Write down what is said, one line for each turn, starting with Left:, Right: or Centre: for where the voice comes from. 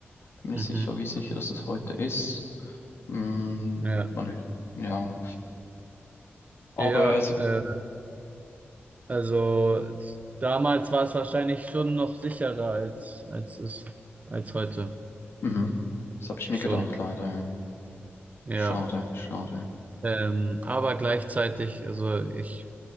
Left: Bin nicht
Right: Mhm.
Left: sicher, wie sicher, dass das heute ist. Mm,
Right: Ja,
Left: man, ja, aber
Right: ja,
Left: also,
Right: äh, also damals war es wahrscheinlich schon noch sicherer als, als es, als heute.
Left: mhm. Das habe ich mir
Right: Schon,
Left: gedacht, leider. Ja.
Right: ja.
Left: Schade, schade.
Right: Ähm, aber gleichzeitig, also ich